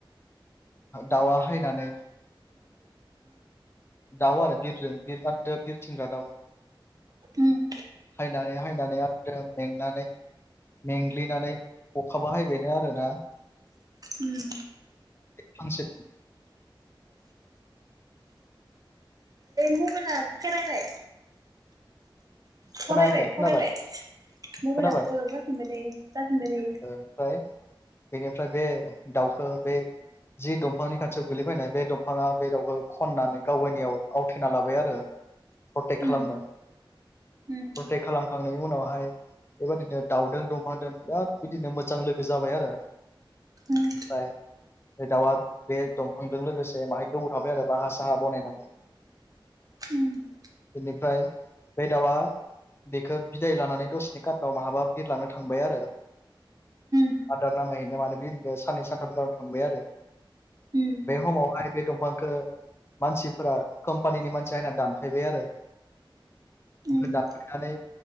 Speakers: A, on the left; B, on the right.
A: दाउआ हायनानै दाउ आरो बिरजों बिर आरोदो बिरथिंग्रा दाउ
B: उम
A: हायनानै हायनानै आरो मेंनानै मेंग्लिनानै अखा बाहायबायनो आरोना
B: उम
A: फांसे
B: मबायल खोनाबाय सरायबाय
A: खोनायाखै खोनाबाय
B: सरायबाय मबाइलाथ'
A: खोनाबाय
B: जाफिनबाय दायो जाफिनबाय दायो।
A: ओ ओमफ्राय बेनिफ्राय बे दाउखौ बे जि दंफांनि खाथियाव गोलैफैनाय बे दंफाङा बे दाउखौ खननानै गाव गायनियाव आवथेना लाबाय आरो। प्रटेक्ट खालामबाय
B: उम उम
A: प्रटेक्ट खालामखांनायनि उनावहाय बेबायदिनो दाउदों दंफांजों बिराद बिदिनो मोजां लोगो जाबाय आरो।
B: उम
A: ओमफ्राय बे दाउआ बे दंफांजों लोगोसे बाहाय गोबाव थाबाय आरो बाहा साहा बनायनानै
B: उम
A: बेनिफ्राय बे दाउआ बेखौ बिदाय लानानै दसेनि कार्नाव माहाबा बिरलांनो थांबाय आरो
B: उम
A: आदार नामायहैनो माने बेनो साननै सानथाम बिथराव थांबाय आरो
B: उम
A: बे समाव आरो बे दंफांखौ मानसिफोरा कम्पानिनि मानसिया होनना दानफायबाय आरो अनो
B: उम
A: दानफ्लेनानै